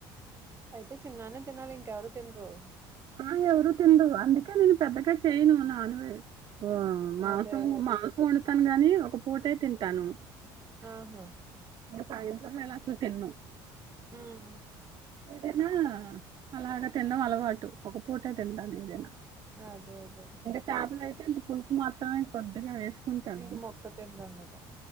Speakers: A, on the right (about 25°); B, on the right (about 40°).
A: అయితే చిన్నానే తినాలి ఇంక ఎవరు తినరు
B: ఆ ఎవరుూ తినరు అందుకే నేను పెద్దగా చేయను నాన్వెజ్ మాంసం
A: అదే అదే
B: మాంసం వండుతాను గాని ఒక పూటీ తింటాను
A: ఆహ
B: ఇక సాయంత్రం వేళ అసలు తిన్ను
A: ఉ
B: ఏదైనా అలాగ తినడం అలవాటు ఒక పూట తింటాను ఏదైనా
A: అదే దె
B: ఇంకా చేపలయితే ఇంక పులుసు మాత్రమే కొద్దిగా వేసుకుంటాను
A: ఇంక మొక్క తినరనమాట